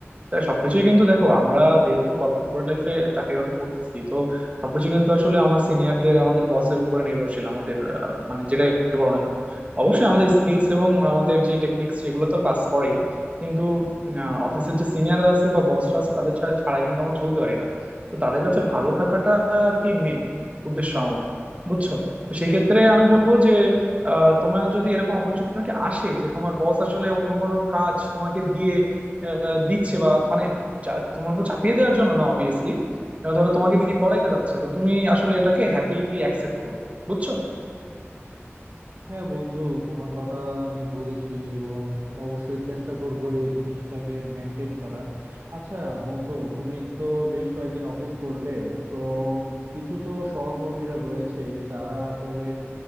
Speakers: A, on the right; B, on the right.
A: তাই সবকিছুই কিন্তু দেখো আমরা যেহেতু কর্পোরেট লাইফে চাকরি বাকরি করতেছি তো সবকিছু কিন্তু আসলে আমার সিনিয়রদের আমাদের বসের উপরে নির্ভরশীল আমাদের আহ, মানে যেটাই বলো না কেন অবশ্যই আমাদের স্কিলস এবং আমাদের যে টেকনিক্স সেগুলো তো কাজ করেই কিন্তু অফিসের যে সিনিয়ররা আছে বা বসরা আছে তাদের ছাড়া ছাড়া কিন্তু আমরা চলতে পারি না তো তাদের কাছে ভালো থাকাটা আর কি মেন উদ্দেশ্য আমাদের বুঝছো তো সেই ক্ষেত্রে আমি বলবো যে আহ, তোমার যদি এরকম অপরচুনিটি আসে যে তোমার বস আসলে অন্য কোনো কাজ তোমাকে দিয়ে আহ, দিচ্ছে বা মানে চা- তোমার উপর চাপিয়ে দেওয়ার জন্য না অবভিয়াসলি ধরো তোমাকে দিয়ে করাইতে যাচ্ছে তো তুমি আসলে এটাকে হ্যাপিলি অ্যাকসেপ্ট করবে বুঝছো
B: হ্যাঁ বন্ধু তোমার কথা আমি বুঝেছি এবং অবশ্যই চেষ্টা করব এই জিনিসটাকে মেনটেন করার আচ্ছা বন্ধু তুমি তো বেশ কয়েকদিন অফিস করলে তো কিছু তো সহকর্মীরা রয়েছে যারা আসলে